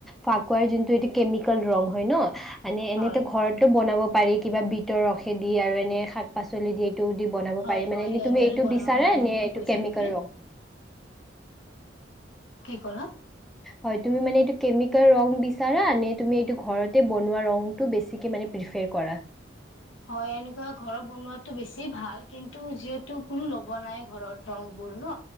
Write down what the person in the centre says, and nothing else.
ফাকুৱাৰ যোনটো এটো কেমিকেল ৰং হয়তো ন মানে এনেতো
ঘৰতো বনাব পাৰি কিবা বিটৰ ৰসে দি আৰু এনে শাক পাচলি দিয়ে তু দি বনাব
পাৰি
মানে
তুমি এইটো
বিচাৰে
নে
এইটো
কেমিকেল
ৰং
হয় তুমি মানে এইটো কেমিকেল ৰং বিচাৰা নে এইটো ঘৰতে বনোৱা ৰংটো পিফেৰ কৰা